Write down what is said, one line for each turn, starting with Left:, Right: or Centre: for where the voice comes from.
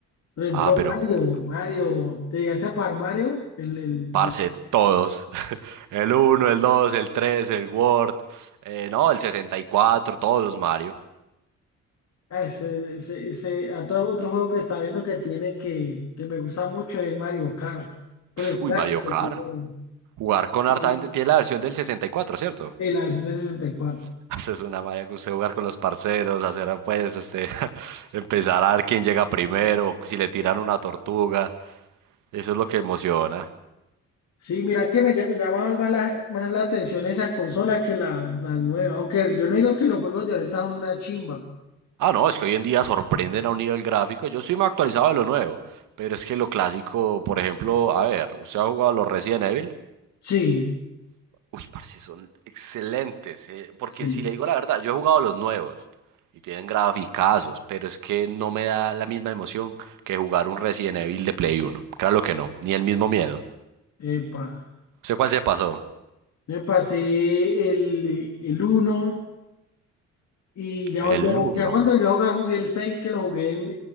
Left: por ejemplo
Right: Ah, pero.
Left: Mario, Mario, te llegaste a par Mario, el, el,
Right: Parce,
Left: el-
Right: todos. <laughs> El uno el dos el tres el word eh, no, el 64, todos los Mario.
Left: ah, ese, ese, ese- a todo otro juego que está viendo que tiene que, que me gusta mucho es Mario Kart, pero el
Right: Uy,
Left: clásico,
Right: Mario Kart.
Left: el
Right: Jugar con
Left: primero.
Right: harta gente tiene la versión del 64, ¿cierto?
Left: Sí, la versión de 64.
Right: <laughs> Eso es una malla que usted jugar con los parceros, hacer apuestas, este, <laughs> empezar a ver quién llega primero, si le tiran una tortuga. Eso es lo que emociona.
Left: Sí, mira que me ll- llamaba más la, más la atención esa consola que la, la nueva. Aunque yo no digo que los juegos de ahorita son una chimba.
Right: Ah, no, es que hoy en día sorprenden a un nivel gráfico. Yo soy más actualizado de lo nuevo, pero es que lo clásico, por ejemplo, a ver, ¿usted ha jugado los Resident Evil?
Left: Sí,
Right: Uy, parce, son excelentes, eh, Porque
Left: sí.
Right: si le digo la verdad, yo he jugado los nuevos y tienen graficazos, pero es que no me da la misma emoción que jugar un Resident Evil de Play Uno. Claro que no, ni el mismo miedo.
Left: Epa.
Right: ¿Usted cuál se pasó?
Left: Me pasé el, el uno y ya,
Right: El
Left: volví a ju-
Right: uno.
Left: ya cuando yo jugué, jugué el 6 que lo jugué en,